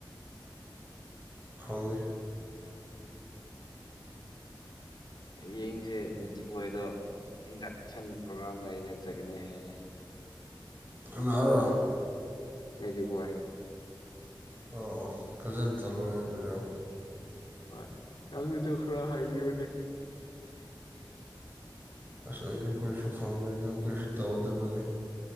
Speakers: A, on the right; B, on the left.
A: ꯈꯣꯡꯖꯦ
B: ꯌꯦꯡꯁꯦ ꯔꯤꯖꯤꯛ ꯣꯏꯗ ꯏꯟꯗꯛꯁꯟ ꯄ꯭ꯔꯣꯒ꯭ꯔꯥꯝ ꯂꯩꯅꯠꯆꯒꯅꯤ ꯍꯥꯏꯅꯩ
A: ꯀꯔ
B: ꯍꯥꯏꯗꯤ ꯄꯦ
A: ꯑꯣ ꯑꯣ ꯐꯖꯅ ꯆꯠꯂꯣ ꯍꯥꯏꯕꯤꯔꯛꯑꯣ
B: ꯍ ꯅꯪꯅ ꯆꯣꯈ꯭ꯔ ꯍꯥꯏꯕꯤꯣꯅꯦ
A: ꯑꯁ ꯑꯩꯁꯨ ꯀꯔꯤꯁꯨ ꯈꯪꯗꯣꯏꯗꯣ ꯀꯔꯤꯁꯨ ꯇꯧꯗꯕꯅꯤ